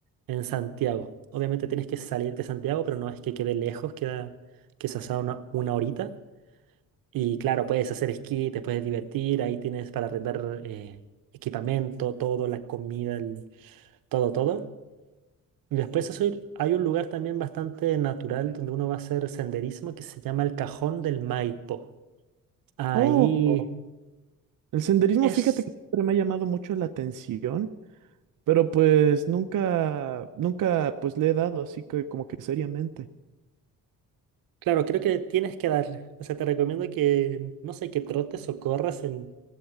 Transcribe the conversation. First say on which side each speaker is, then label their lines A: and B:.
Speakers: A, on the right; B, on the right.
A: en Santiago. Obviamente tienes que salir de Santiago, pero no es que quede lejos, queda quizás a una, una horita. Y claro, puedes hacer esquí, te puedes divertir, ahí tienes para arrendar eh, equipamiento, todo, la comida, el- todo, todo. Y después eso ir- hay un lugar también bastante natural donde uno va a hacer senderismo que se llama el Cajón del Maipo. Ahí
B: Oh, el senderismo,
A: es.
B: fíjate que siempre me ha llamado mucho la atención. Pero pues nunca, nunca pues le he dado así que como que seriamente.
A: Claro, creo que tienes que darle. O sea, te recomiendo que, no sé, que trotes o corras en,